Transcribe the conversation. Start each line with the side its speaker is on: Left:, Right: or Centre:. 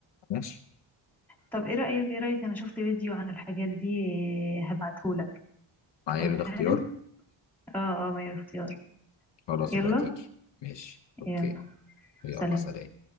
Left: ماشي
Centre: طب ايه رأيك ايه رأيك انا شفت فيديو عن الحاجات دي هبعتهولك
Left: معايير
Centre: تمام
Left: الاختيار
Centre: اه اه ما هي اختيار
Left: خلاص
Centre: يلا
Left: بقى تيجي ماشي اوكي
Centre: يلا
Left: يلا
Centre: سلام
Left: سلام